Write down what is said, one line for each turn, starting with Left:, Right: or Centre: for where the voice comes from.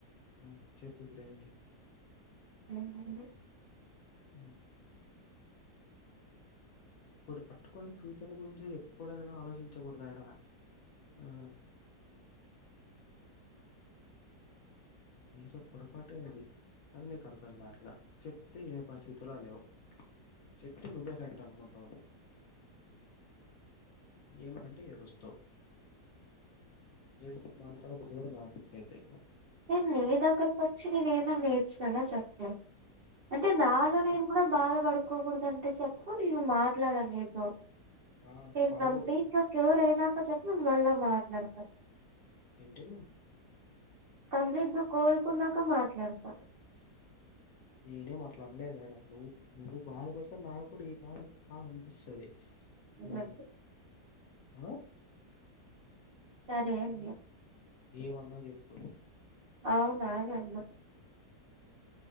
Left: ఆ చెప్పు ఇప్పుడు ఏంటి
Right: ఎం లేదు
Left: ఉమ్ ఇప్పుడు పట్టుకొని ఫ్యూచర్ల గురించి ఎప్పుడే గానీ ఆలోచించకూడదు ఆడ ఆ చేసే పొరపాటె అది అది నీకు అర్థం కావట్ల చెప్తే ఇనే పరిస్థితులో లేవు చెప్తే నువ్వే కరెక్ట్ అనుకుంటావు నువ్ ఏమైన అంటే ఏడుస్తావు ఏడిస్తే మాట్లాడబుద్ది కూడా కాదు నాకైతే
Right: నేను నీ దగ్గరకు వచ్చి నేను ఏమన్నా ఏడ్చినాన చెప్పు అంటే నాలో నేను కూడా బాధ పడుకోకూడదంటే చెప్పు నేను మాట్లాడను ని తో
Left: ఆ
Right: నేను
Left: పడకూడదు
Right: కంప్లీట్ గా క్యూర్ అయినాక చెప్పు నేను మళ్ళా మాట్లాడతా
Left: ఏంటి
Right: కంప్లీట్ గా కోలుకున్నాక మాట్లాడతా
Left: నేనేం అట్లా అనలేదు యాడ నువ్వు నువ్వు బాధపడితే నాకుడ ఈ బాధ బాధ అనిపిస్తది అ
Right: వద్దు.
Left: ఆ
Right: సరే అన్య
Left: ఏమన్న చెప్పు
Right: అవునా అని అన్నా